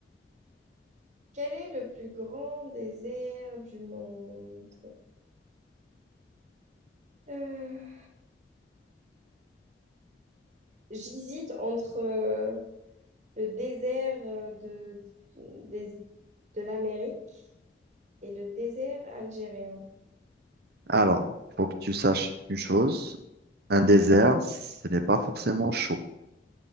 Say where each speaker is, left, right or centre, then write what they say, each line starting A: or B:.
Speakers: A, on the right; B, on the right.
A: quel est le plus grand désert du monde? Euh, j'hésite entre euh, le désert euh, de, des- de l'Amérique et le désert algérien.
B: Alors, il faut que tu saches une chose, un désert, ce n'est pas forcément chaud.